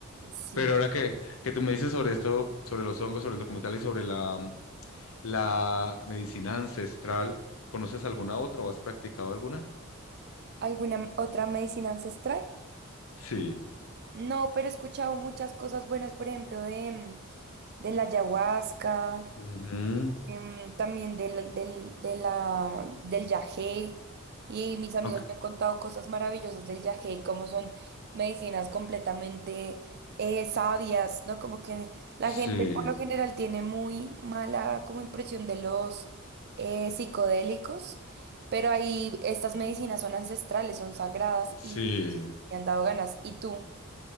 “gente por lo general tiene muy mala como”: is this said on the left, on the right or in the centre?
Right